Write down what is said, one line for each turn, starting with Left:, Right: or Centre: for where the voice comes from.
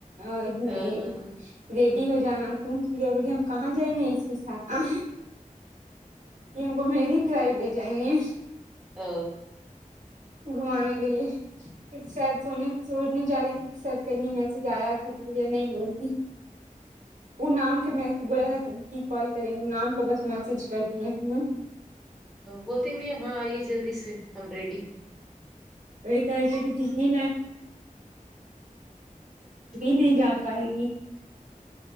Right: آج
Centre: ا
Right: نہیں ریڈی ہو جانا تم تو گڑیا بولی ہم کہاں جائیں گے اس کے ساتھ آہے یہ ہم کو میری ڈرائیو لے جائیں گے
Centre: آ
Right: گھومانے کے لیے ایک شاید سونے سورنے جا رہی تھی تو شاید کرنی مسیج آیا تھا تو بڑیا نہیں بولتی ان آنکھ میں بولا تھا کی کال کریں گے نام کو بس میسج کر دئیے ہیں
Centre: بولتی بڑھیا ہاں یہ جلدی سے ہم ریڈی ہیں
Right: <unintelligible> کہے رہے تھے کی ڈزنی
Centre: کاہے
Right: لینڈ پائے گی